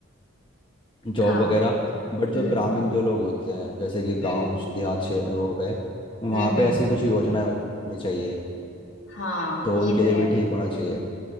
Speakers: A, on the left (about 25°); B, on the left (about 65°).
A: जॉब
B: हाँ
A: वगैरह बट जो
B: हम्म
A: ग्रामीण जो लोग होते हैं जैसे कि गांव
B: हम्म
A: देहात से हो गए वहाँ
B: हम्म हम्म
A: पे ऐसी
B: हम्म।
A: कुछ योजनाएं होनी चाहिए
B: हाँ
A: तो
B: ये
A: उनके
B: तो
A: लिए
B: है
A: भी ठीक होना चाहिए